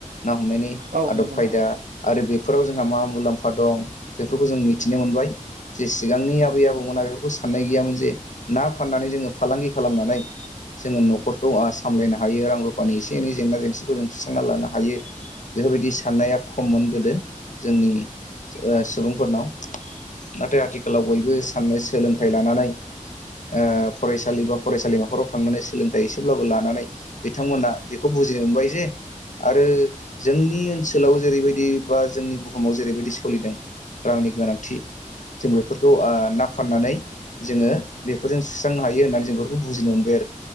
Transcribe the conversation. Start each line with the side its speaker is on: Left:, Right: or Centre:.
Left: ना हमनायनि
Right: औ
Left: आदब
Right: नंगौ नोंथां
Left: खायदा आरो बेफोराव जोंहा मा मुलाम्फा दं बेफोरखौ जों मिथिनो मोनबाय जे सिगांनि आबै आबौमोना बेफोरखौ साननाय गैयामोन जे ना फाननानै जोङो फालांगि खालामनानै जोङो न'खरखौ सामलायनो हायो रां रुफानि एसे एनै जेंना जेंसिखौ जों सुस्रां लानो हायो बेफोरबायदि साननाया खममोन गोदो जोंनि ओ सुबुंफोरनाव नाथाय आथिखालाव बयबो साननो सोलोंथाइ लानानै। ओ फरायसालि बा फरायसालिमाफोराव थांनानै सोलोंथाइ एसेब्लाबो लानानै बिथांमोना बे खौ बुजि मोनबाय जे आरो जोंनि ओनसोलाव जेरैबायदि बा जोंनि बुहुमाव जेरैबायदि सोलिदों रांनि गोनांथि। जों बेफोरखौ ना फाननानै जोङो बेफोरजों सुस्रांनो हायो होननानै जों बेफोरखौ बुजिनो मोनबाय आरो